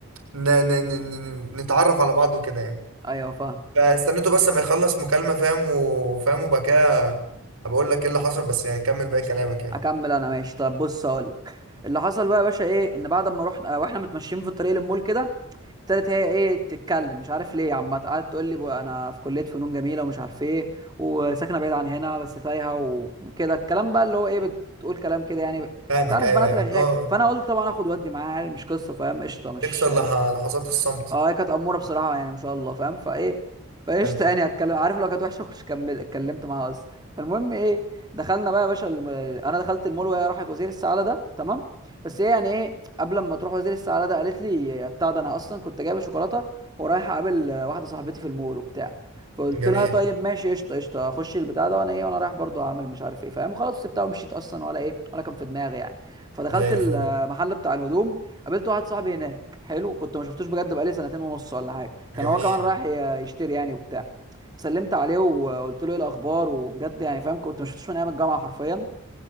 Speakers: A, on the right; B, on the right.
A: ن ن ن ن- نتعرف على بعض وكده يعني
B: ايوه فاهم
A: فاستنيته بس ما يخلص مكالمة فاهم وفاهم وبكاه هبقول لك ايه اللي حصل بس يعني كمل باقي كلامك يعني
B: اكمل انا ماشي طب بص اقول لك اللي حصل بقى يا باشا ايه ان بعد ما رحنا آه، واحنا متمشيين في الطريق للمول كده ابتدت هي ايه تتكلم مش عارف ليه عم قعدت تقول لي بقى انا في كليه فنون جميله ومش عارف ايه وساكنه بعيد عن هنا بس تايهه وكده الكلام بقى اللي هو ايه بتقول كلام كده يعني ب-
A: فاهمك
B: انت عارف
A: ايوه
B: بنات
A: ايوه
B: رغاية
A: اللي هو
B: فانا قلت طبعا اخد ودي معاها يعني مش قصه فاهم قشطه مش
A: تكسر لح- لحظات الصمت
B: اه هي كانت اموره بصراحه يعني ما شاء الله فاهم فايه فايش
A: حلو
B: يعني اتكلم عارف لو كانت وحشه كنتش كمل اتكلمت معاها اصلا المهم ايه دخلنا بقى يا باشا الم... انا دخلت المول وهي راحت وزير السعاده ده تمام بس هي يعني ايه قبل ما تروح وزير السعاده ده قالت لي بتاع ده انا اصلا كنت جايبه شوكولاته ورايح اقابل واحده صاحبتي في المول وبتاع فقلت
A: جميل
B: لها طيب ماشي قشطه قشطه اخش البتاع ده وانا ايه وانا رايح برضو اعمل مش عارف ايه فاهم وخلاص سبتها ومشيت اصلا ولا ايه ولا كان في دماغي يعني فدخلت
A: زي الفل
B: المحل بتاع الهدوم قابلت واحد صاحبي هناك حلو كنت ما شفتوش بجد بقالي سنتين ونص ولا حاجه كان
A: جميل
B: هو كمان رايح ي- يشتري يعني وبتاع فسلمت عليه وقلت له ايه الاخبار وبجد يعني فاهم كنت ما شفتوش من ايام الجامعه حرفيا